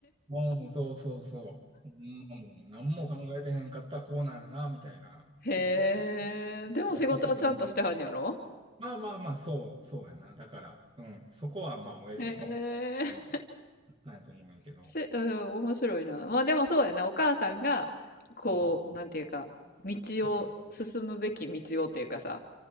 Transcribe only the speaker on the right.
もうそうそうそう。もう何も考えてへんかったらこうなるな、みたいなやつやった
ややった時に、
まあまあまあ、そう、そうやな。だから、うん、そこはまあ親父も、
うん、あったんやと思うんやけど、
うん、
うん、